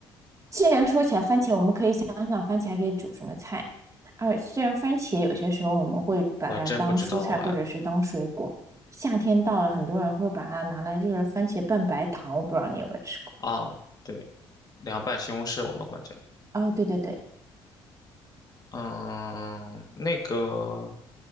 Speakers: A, on the right; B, on the left.
A: 既然说起来番茄，我们可以想想番茄还可以煮什么菜。而虽然番茄有些时候我们会把它当蔬菜或者是当水果，
B: 我还真不知道哎。
A: 夏天到了，很多人会把它拿来就是番茄拌白糖，我不知道你有没有吃过。
B: 啊，对，凉拌西红柿我们管叫。
A: 哦，对对对，
B: 嗯，那个